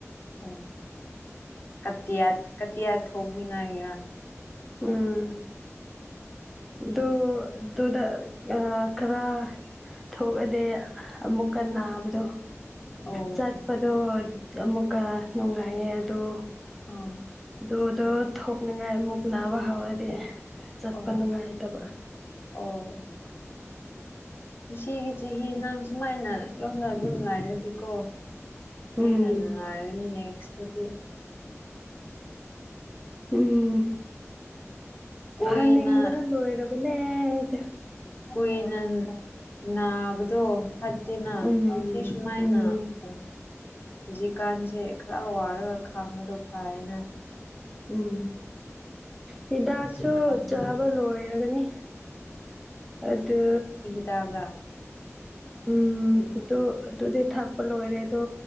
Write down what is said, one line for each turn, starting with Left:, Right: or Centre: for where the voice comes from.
Left: ꯎ ꯀꯇꯤꯌꯥ ꯀꯇꯤꯌꯥ ꯊꯣꯛꯅꯤꯡ ꯉꯥꯏꯒꯤꯔ꯫
Centre: ꯎꯝ ꯑꯗꯨ ꯑꯗꯨꯗꯨꯗ ꯑ ꯈꯔ꯫ ꯊꯣꯛꯑꯗꯤ ꯑꯃꯨꯛꯀꯟꯅ ꯅꯥꯕꯗꯣ
Left: ꯑꯣ
Centre: ꯆꯠ꯫ ꯄꯗꯣ ꯑꯃꯨꯛꯀ ꯅꯨꯡꯉꯥꯏꯌꯦ ꯑꯗꯣ
Left: ꯑꯣ
Centre: ꯑꯗꯨꯗꯣ ꯊꯣꯛꯅꯤꯡꯉꯥꯏ ꯑꯃꯨꯛ ꯅꯥꯕ ꯍꯧꯔꯗꯤ ꯆꯠꯄ
Left: ꯑꯣ
Centre: ꯅꯨꯡꯉꯥꯏꯇꯕ
Left: ꯑꯣ ꯏꯆꯦꯒꯤ ꯆꯍꯤ ꯅꯪ ꯁꯨꯃꯥꯏꯅ ꯌꯣꯗ ꯑꯗꯨꯝ ꯂꯥꯏꯔꯗꯤꯀꯣ ꯍꯦꯟꯅ
Centre: ꯎꯝ
Left: ꯑꯅꯤ ꯅꯦꯛꯁꯗꯤ
Centre: ꯎꯝ
Left: ꯀꯣꯏꯅ
Centre: ꯐꯅꯤꯡꯕꯅ ꯂꯣꯏꯔꯕꯅꯦ ꯑꯩꯗꯤ꯫
Left: ꯀꯨꯏꯅ ꯅꯥꯕꯗꯣ ꯐꯠꯇꯦꯅ
Centre: ꯎꯝ
Left: ꯁꯤ ꯁꯨꯃꯥꯏꯅ꯫
Centre: ꯎꯝ
Left: ꯍꯧꯖꯤꯛꯀꯥꯟꯁꯦ ꯈꯔ ꯋꯥꯔꯒ ꯈꯥꯡꯕꯗꯣ ꯐꯥꯔꯦꯅ꯫
Centre: ꯎꯝ꯫ ꯍꯤꯗꯥꯛꯁꯨ
Left: ꯁꯤ ꯈꯥꯡꯕꯤ
Centre: ꯆꯥꯕ ꯂꯣꯏꯔꯒꯅꯤ ꯑꯗꯨ꯫
Left: ꯇꯥꯕꯔꯥ꯫
Centre: ꯎꯝ ꯑꯗꯨ ꯑꯗꯨꯗꯤ ꯊꯛꯄ ꯂꯣꯏꯔꯦ ꯑꯗꯣ